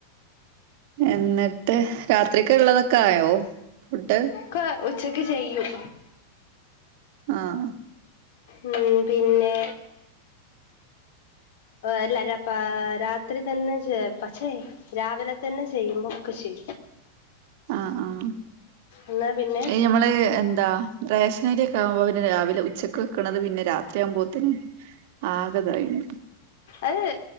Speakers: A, on the right; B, on the left.
A: എന്നിട്ട് രാത്രിക്ക് ഉള്ളതൊക്കെ ആയോ ഫുഡ്
B: ക്ക ഉച്ചക്ക് ചെയ്യും
A: ആഹ്
B: ഉം പിന്നെ എല്ലാരപ്പ രാത്രി തന്നെ ചെ പക്ഷെ രാവിലെ തന്നെ ചെയ്യുമ്പോ ഒക്കെ ശെ
A: ആഹ് ആഹ്
B: എന്നാ പിന്നെ
A: ഈ ഞമ്മള് എന്താ റേഷനരിയൊക്കെ ആവുമ്പോൾ പിന്ന രാവിലെ ഉച്ചയ്ക്ക് വെക്കണത് പിന്നെ രാത്രിയാവുമ്പോത്തിന് ആകെ ഇതായിന്
B: അത്